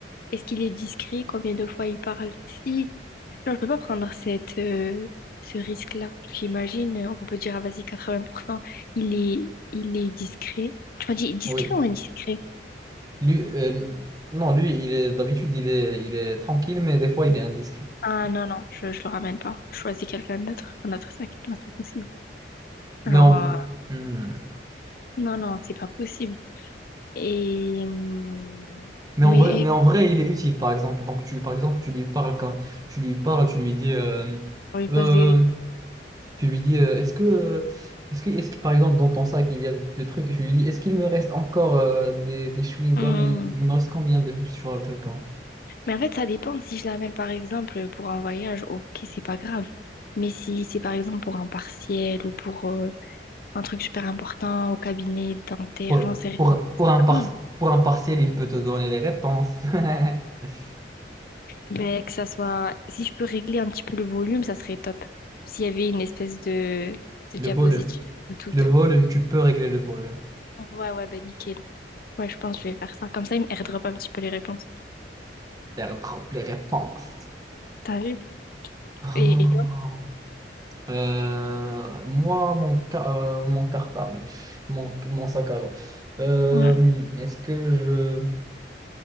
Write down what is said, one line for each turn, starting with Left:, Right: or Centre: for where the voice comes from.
Left: Est-ce qu'il est discret, combien de fois il parle? Si, non, je peux pas prendre cette, euh, ce risque-là. Parce qu'imagine, euh, on peut dire, ah, vas-y, 80% il est, il est discret. Tu m'as dit discret
Right: Oui.
Left: ou indiscret?
Right: Lui, euh, non, lui, il est d'habitude, il est, il est tranquille, mais des fois, il est indiscret.
Left: Ah non, non, je, je le ramène pas. Je choisis quelqu'un d'autre, un autre sac. Non, c'est pas possible.
Right: Mais
Left: Genre,
Right: en,
Left: euh,
Right: Hmm.
Left: non, non, c'est pas possible. Et. hum,
Right: mais
Left: Mais
Right: en vrai,
Left: et-
Right: mais en vrai, il est utile, par exemple. Donc, tu, par exemple, tu lui parles quand tu lui parles, tu lui dis, euh,
Left: on lui
Right: euh,
Left: pose les.
Right: tu lui dis, euh, est-ce que, euh, est-ce que, est-ce que, par exemple, dans ton sac, il y a des trucs, et tu lui dis, est-ce qu'il me reste encore euh, des, des chewing-gums
Left: Hum.
Right: et il, il me reste combien de sur le truc? hein.
Left: Mais en fait, ça dépend. Si je l'amène, par exemple, pour un voyage, ok, c'est pas grave. Mais si c'est, par exemple, pour un partiel ou pour euh, un truc super important au cabinet dentaire,
Right: Pour,
Left: j'en sais rien.
Right: pour, pour un par-
Left: Hum.
Right: pour un partiel, il peut te donner les réponses. <laughs>
Left: Ben, que ça soit. Si je peux régler un petit peu le volume, ça serait top. S'il y avait une espèce de, de
Right: Le
Left: diapositive
Right: volume.
Left: tout.
Right: Le volume, tu peux régler le volume.
Left: Ouais, ouais, ben nickel. Ouais, je pense que je vais faire ça. Comme ça, il me airdrop un petit peu les réponses.
Right: Faire drop les réponses.
Left: T'as vu?
Right: Oh.
Left: Et, et toi?
Right: Euh, moi, mon, ca- euh, mon cartable, mon, mon sac à dos. Euh,
Left: Ouais.
Right: est-ce que je...